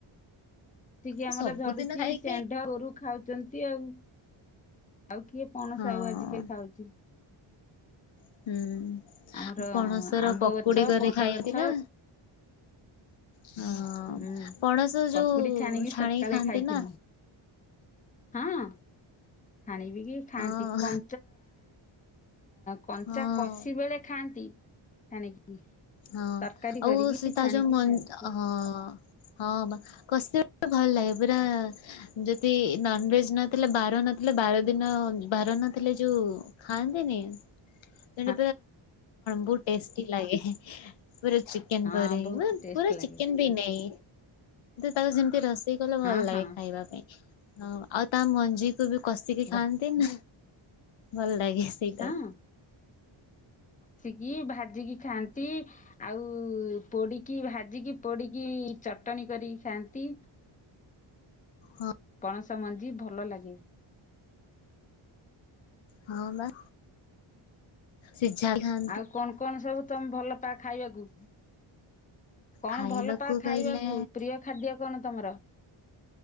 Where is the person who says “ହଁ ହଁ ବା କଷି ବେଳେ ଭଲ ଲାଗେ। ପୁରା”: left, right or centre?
Left